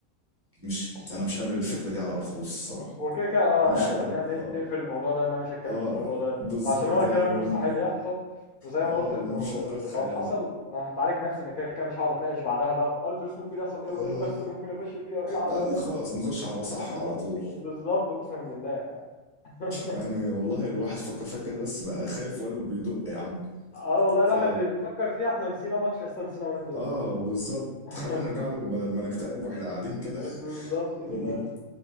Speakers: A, on the right (about 15°); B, on the left (about 60°).
A: مش
B: حاسه
A: أنا مش قابل الفكرة دي على أرض الواقع الصراحة،
B: وكده كده اه
A: مش
B: يعني
A: قادر،
B: خلينا ن-
A: آه،
B: نقفل الموضوع ده إن انا مش هتكلم
A: آه،
B: في الموضوع ده
A: بالضبط
B: عشان هو
A: يعني
B: كمان
A: م-
B: مستحيل يحصل وزي
A: آه،
B: ما قلت انه
A: مش قادر أتخيلها،
B: لو حصل انا هتعالج نفسي انا كده كده مش هقعد اتناقش بعدها بقى في ارتلوس ممكن يحصل ايه وايه
A: آه،
B: القصه اللي ممكن يخش فيها وايه العداوات
A: آه، خلاص نخش على مصح
B: انا خلاص
A: على طول،
B: بالظبط اقسم بالله <laughs>
A: يعني والله الواحد فكر فيها كده بس بقى خايف وقلبه بيدق يا عم،
B: اه والله
A: ف
B: الواحد بيفكر فيها احنا نسينا ماتش اصلا نسينا هولندا
A: آه بالظبط،
B: أورجواي.
A: خلينا نرجع له بدل ما نكتئب وإحنا قاعدين كده،
B: <laughs> بالظبط
A: <laughs>
B: كده
A: المهم